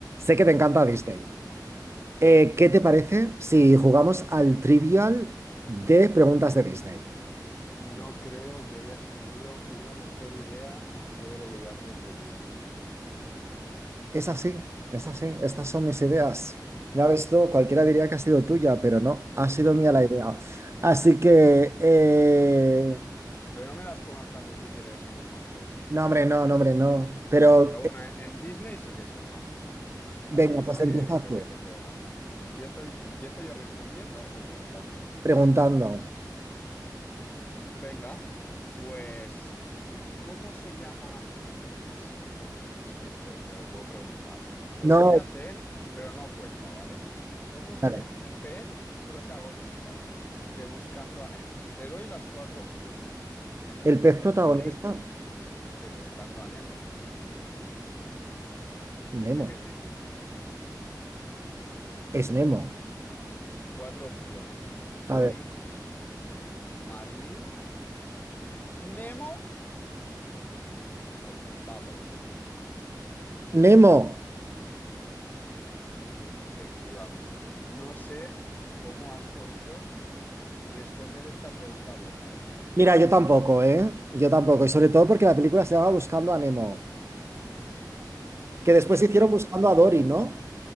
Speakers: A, on the right; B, on the left.
A: Sé que te encanta Disney. Eh, ¿qué te parece si jugamos al trivial de preguntas de Disney?
B: No creo que hayas tenido una mejor idea en todo lo que llevamos de día.
A: Es así, es así. Estas son mis ideas. Ya ves tú, cualquiera diría que ha sido tuya, pero no, ha sido mía la idea. Así que, eh,
B: Pero no me las pongas tan difíciles como antes.
A: no, hombre, no, no, hombre, no. Pero,
B: Pero bueno,
A: eh,
B: en, en Disney sí que soy más culto. Ahí
A: venga,
B: sí
A: pues
B: que
A: empieza
B: creo
A: tú,
B: que te puedo ganar. ¿Empiezo, empiezo yo respondiendo o preguntando?
A: preguntando.
B: Venga, pues ¿Cómo se llama? Fua, es que es muy. Es que esto no te lo puedo preguntar. Te
A: No,
B: la voy a hacer, pero no cuenta, ¿vale? ¿Cómo se
A: vale.
B: llama el pez protagonista de Buscando a Nemo? Te doy las cuatro opciones.
A: El pez
B: Dory
A: protagonista,
B: de Buscando a Nemo.
A: Nemo.
B: Sé que es difícil.
A: Es Nemo.
B: Cuatro opciones. Dory,
A: A ver,
B: Marlin, Nemo o Bubbles.
A: Nemo.
B: Efectivamente. No sé cómo has podido responder esta pregunta bien, la verdad.
A: Mira, yo tampoco, ¿eh? Yo tampoco. Y sobre todo porque la película se llama Buscando a Nemo, que después hicieron Buscando a Dory, ¿no?